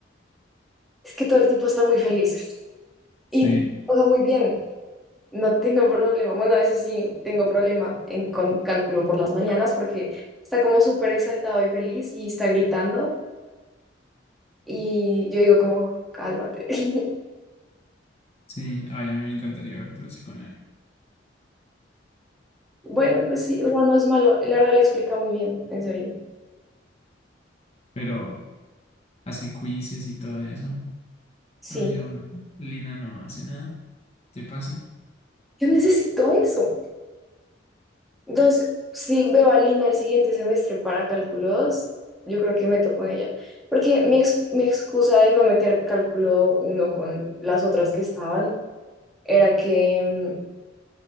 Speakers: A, in the centre; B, on the left.
A: es que todo el tiempo está muy feliz y
B: Sí,
A: todo muy bien. No tengo problema. Bueno, a veces sí tengo problema en, con cálculo por las mañanas porque está como súper exaltado y feliz y está gritando y yo digo como, cálmate. <laughs>
B: sí. Ay, a mí me encantaría ver clase con él.
A: Bueno, pues sí, o sea, no es malo. La verdad le explica muy bien, en serio.
B: Pero hace quizzes y todo eso.
A: Sí,
B: Cambio, Lina no hace nada. ¿Te pasa?
A: yo necesito eso. Entonces, si veo a Lina el siguiente semestre para cálculo 2, yo creo que meto con ella. Porque mi, ex- mi excusa de no meter cálculo uno con las otras que estaban era que mm,